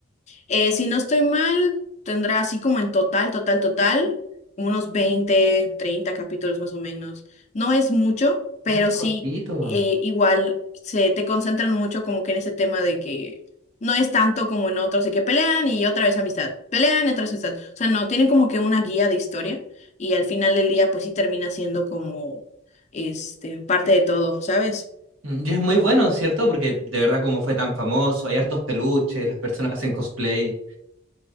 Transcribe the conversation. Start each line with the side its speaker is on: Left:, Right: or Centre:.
Left: Eh, si no estoy mal, tendrá así como en total, total, total, unos 20 30 capítulos más o menos. No es mucho, pero
Right: Ah, es cortito.
Left: sí, eh, igual se te concentran mucho como que en ese tema de que no es tanto como en otros, de que pelean y otra vez amistad, pelean y otra vez amistad. O sea, no, tienen como que una guía de historia y al final del día pues sí termina siendo como este, parte de todo, ¿sabes?
Right: Mm, Y es muy bueno, ¿cierto? Porque de verdad como fue tan famoso, hay hartos peluches, las personas hacen cosplay.